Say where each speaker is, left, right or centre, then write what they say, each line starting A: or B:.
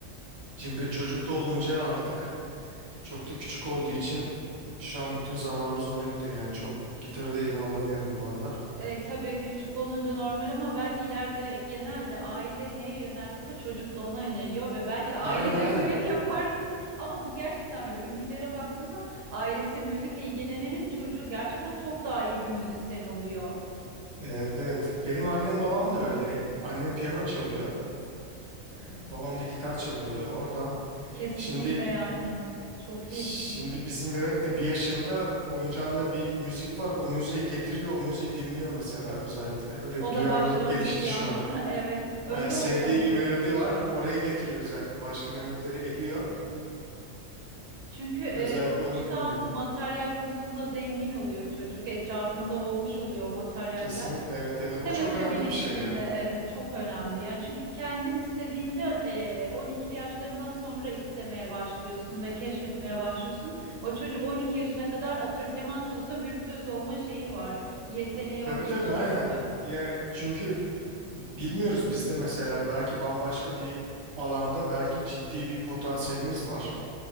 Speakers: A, on the right; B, on the right.
A: Şimdi çocuk da olunca artık çok da küçük olduğu için şu an bütün zamanımız ona gidiyor. Yani çok gitarı da elime alamıyorum bu aralar.
B: E, tabii küçük olunca normal ama belki ileride genelde aile neye yöneldiyse çocuk da ona yöneliyor ve belki ailecek
A: Aynen aynen.
B: <laughs> düet yaparsınız. Ama bu gerçekten böyle ünlülere baktığında ailesi müzikle ilgilenenin çocuğu gerçekten çok daha iyi bir müzisyen oluyor.
A: Evet evet. Benim annem babam da öyle. Annem piyano çalıyor. Ee, babam da gitar çalıyordu. Oradan
B: Kesinlikle
A: şimdi
B: yani. Çok
A: şimdi
B: iyi.
A: bizim bebek de bir yaşında oyuncağında bir müzik var. O müziğe getiriyor. O müziği dinliyor mesela özellikle. Öyle
B: O
A: bir duyarlılık
B: da başlamış
A: gelişti
B: bir yandan.
A: şu an.
B: <laughs> Evet, öyle
A: Yani sevdiği
B: oluyor ama.
A: bir melodi var. Oraya getiriyor özellikle. Başka melodileri eliyor.
B: Çünkü e,
A: Özellikle
B: doğuştan
A: onu dinliyor.
B: materyal konusunda zengin oluyor çocuk. Etrafında olmuş oluyor o materyaller.
A: Kesinlikle evet
B: İstemese
A: evet. O çok önemli
B: bile içinde
A: bir şey ya.
B: evet çok önemli. Yani çünkü kendin istediğinde e, 12'li yaşlarından sonra istemeye başlıyorsun ve keşfetmeye başlıyorsun. O çocuk 12 yaşına kadar atıyorum keman çalıyorsa virtüöz olma şeyi var. Yeteneği
A: Tabii
B: o gelişmiş
A: tabii aynen.
B: oluyor.
A: Ya çünkü Bilmiyoruz bizde mesela belki bambaşka bir alanda belki ciddi bir potansiyelimiz var.